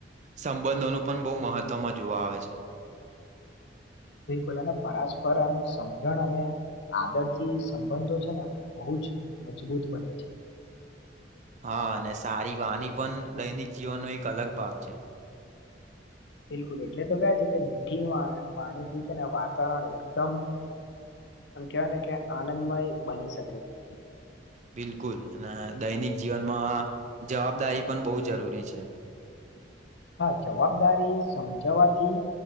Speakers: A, on the right; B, on the left.
A: સંબંધોનું પણ બહુ મહત્વમાં જોવા આવે છે
B: બિલકુલ અને પરસ્પર આમ સમજણ અને આદરથી સંબંધો છે ને બહુ જ મજબૂત બને છે.
A: હા અને સારીવાણી પણ દૈનિક જીવનનો એક અલગ ભાગ છે.
B: બિલકુલ એટલે તો ક્યા છે કે મીઠી વાણીથી છે ને વાતાવરણ એકદમ એમ કેવાય ને કે આનંદમય બની શકે છે.
A: બિલકુલ અને દૈનિક જીવનમાં જવાબદારી પણ બહુ જરૂરી છે. <unintelligible>
B: હા જવાબદારી સમજવાથી